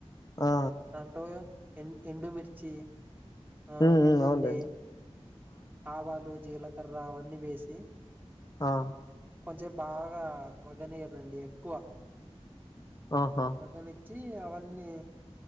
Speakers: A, on the left; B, on the right.
A: ఆ
B: దాంట్లో యెన్ ఎండుమిర్చి. ఆ
A: మ్
B: వెల్లుల్లి
A: మ్ అవునులేండి
B: ఆవాలు జీలకర్ర అవన్నీ వేసి.
A: ఆ
B: కొంచెం బాగా మగనిగండి ఎక్కువ.
A: ఆహా.
B: మగనిచ్చి అవన్నీ.